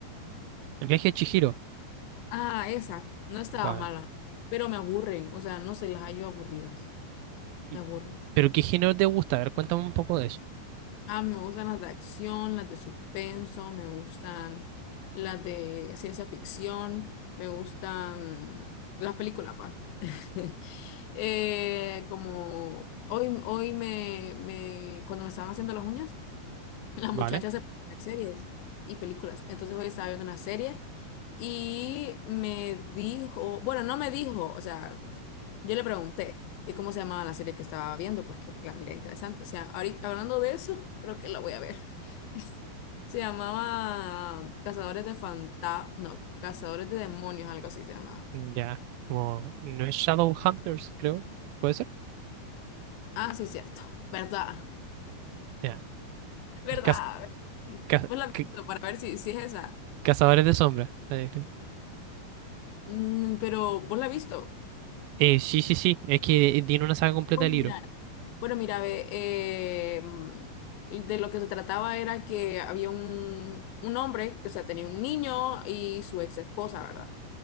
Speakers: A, on the right; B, on the left.
A: El viaje de Chihiro.
B: Ah, esa, no estaba
A: Vale.
B: mala, pero me aburren, o sea, no se las hallo aburridas,
A: Y-
B: me aburren.
A: ¿Pero qué género te gusta? A ver, cuéntame un poco de eso.
B: Ah, me gustan las de acción, las de suspenso, me gustan las de ciencia ficción, me gustan las películas, pa. <laughs> Eh, como hoy, hoy me, me, cuando me estaban haciendo las uñas, las
A: Vale.
B: muchachas se ponen a ver series y películas. Entonces hoy estaba viendo una serie y me dijo, bueno, no me dijo, o sea, yo le pregunté que cómo se llamaba la serie que estaba viendo, porque la miré interesante. O sea, ahorita hablando de eso, creo que la voy a ver. <laughs> Se llamaba Cazadores de fanta no, Cazadores de Demonios, algo así se llamaba.
A: Ya. Como, no es Shadowhunters, creo. ¿Puede ser?
B: Ah, sí, es cierto. ¿Verdad?
A: Ya.
B: ¿Verdad?
A: Es caz- caz-
B: ¿Vos la has
A: ca-
B: visto para ver si, si es esa?
A: Cazadores de Sombras. Eh,
B: Mm, pero, ¿vos la has visto?
A: eh, sí, sí, sí. Es que eh, tiene una saga completa
B: Bueno,
A: de libros.
B: mira, bueno, mira, ve, eh, mm, de lo que se trataba era que había un, un hombre que, o sea, tenía un niño y su ex esposa, ¿verdad?